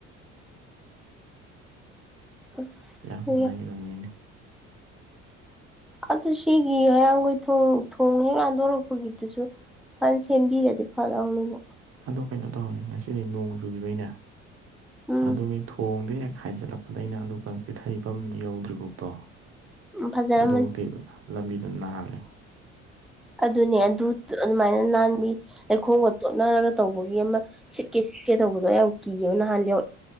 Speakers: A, in the centre; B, on the right.
A: ꯑꯁ
B: ꯌꯥꯝ ꯅꯩꯕ ꯃꯤꯅꯤ
A: ꯑꯗꯨ ꯁꯤꯒꯤ ꯍꯩꯔꯥꯡꯒꯣꯏ ꯊꯣꯡ ꯊꯣꯡ ꯍꯦꯛ ꯂꯟꯗꯣꯔꯛꯄꯒꯤꯗꯨꯁꯨ ꯐꯖꯅ ꯁꯦꯝꯕꯤꯔꯗꯤ ꯐꯗꯎꯅꯦꯕꯨ
B: ꯑꯗꯣ ꯀꯩꯅꯣ ꯇꯧꯋꯏꯦ ꯉꯁꯤꯗꯤ ꯅꯣꯡ ꯆꯨꯈꯤꯕꯩꯅꯦ
A: ꯎꯝ
B: ꯑꯗꯨꯒꯤ ꯊꯣꯡꯗꯩ ꯍꯦꯛ ꯍꯥꯏꯖꯤꯜꯂꯛꯄꯗꯒꯤ ꯗꯩꯅ ꯑꯗꯨ ꯏꯊꯩꯐꯝ ꯌꯧꯗ꯭ꯔꯤꯐꯥꯎꯗꯣ
A: ꯐꯖꯔꯝꯃꯅꯤ
B: ꯑꯗꯨꯕꯨꯛꯗꯤ ꯂꯝꯕꯤꯗ ꯅꯥꯜꯂꯩ
A: ꯑꯗꯨꯅꯦ ꯑꯗꯨ ꯑꯗꯨꯃꯥꯏꯅ ꯅꯥꯟꯕꯤ ꯂꯩꯈꯣꯜꯒ ꯇꯣꯠꯅꯔꯒ ꯇꯧꯕꯒꯤ ꯑꯃ ꯁꯤꯠꯀꯦ ꯁꯤꯠꯀꯦ ꯇꯧꯕꯗꯣ ꯌꯥꯝ ꯀꯤꯌꯦꯕ ꯅꯍꯥꯜ